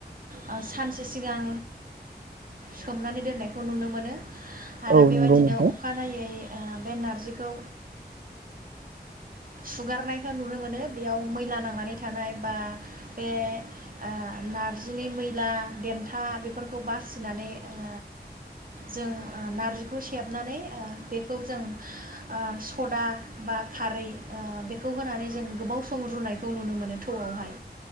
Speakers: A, on the right (about 55°); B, on the right (about 75°).
A: ओ सानसे सिगां सोमनानै दोननायखौ नुनो मोनो। आरो
B: औ
A: बेबायदिनो
B: नंगौ नोंथां
A: अखानायै ओ बे नारजिखौ सुगारनायखौ नुनो मोनो बेयाव मैला नांनाय नानै थानाय बा बे ओ नारजिनि मैला देमथा बेफोरखौ बासिनानै ओ जों ओ नार्जिखौ सेबनानै ओ बेखौ जों ओ सदा बा खारै ओ बेखौ होनानै जों गोबाव सम रुनाय खौ नुनो मोनो थौआवहाय।